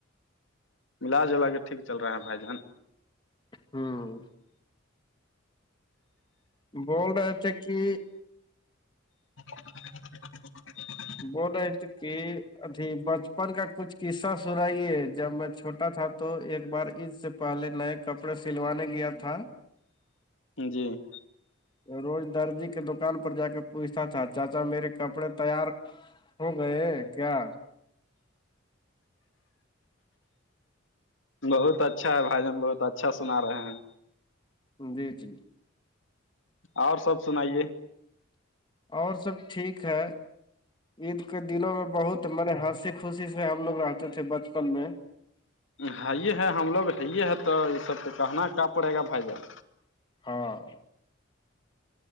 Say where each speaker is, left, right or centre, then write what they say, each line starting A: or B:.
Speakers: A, on the left; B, on the left.
A: ملا جلا کے ٹھیک چل رہا ہے بھائی جان
B: ہوں بول رہے تھے کہ
A: <inaudible>
B: بولے تھ کہ اھی بچپن کا کچھ قصہ سنائیے جب میں چھوٹا تھا تو ایک بار اس سے پہلے نئے کپڑے سلوانے گیا تھا
A: جی
B: روز درجی کے دکان پر جا کے پوچھتا تھا چاچا میرے کپڑے تیار <unintelligible> ہو گئے کیا
A: بہت اچھا ہے بھائی جان بہت اچھا سنا رہے ہیں
B: جی جی
A: اور سب سنائیے
B: اور سب ٹھیک ہے عید کے دنوں میں بہت من ہاسک خوشی سے ہم لوگ رہتے تھے بچپن میں
A: ہے ہی ہے ہم لوگ ہے ہی ہے تو یہ سب تو کہنا کیا پڑے گا بھائی جان
B: ہاں